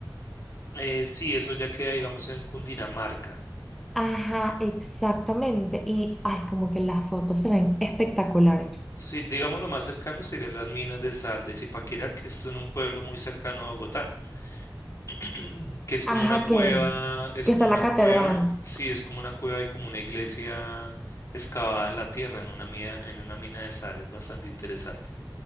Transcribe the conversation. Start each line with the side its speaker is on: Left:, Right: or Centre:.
Left: Eh, sí, eso ya queda, digamos, en Cundinamarca.
Centre: Ajá, exactamente. Y ay, como que las fotos se ven espectaculares.
Left: Sí, digamos, lo más cercano serían las minas de sal de Zipaquirá, que es en un pueblo muy cercano a Bogotá, <clears throat> que es como
Centre: Ajá,
Left: una cueva,
Centre: que,
Left: es
Centre: que
Left: como
Centre: está
Left: una
Centre: la catedral.
Left: cueva, sí, es como una cueva y como una iglesia excavada en la tierra, en una mina, en una mina de sal, es bastante interesante.